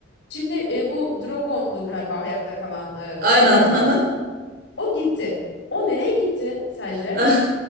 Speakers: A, on the left; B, on the right.
A: şimdi e, bu Drogon'du galiba hayatta kalan e,
B: Aynen.
A: ejderhanın.
B: Aha.
A: O gitti. O nereye gitti sence?
B: Ah,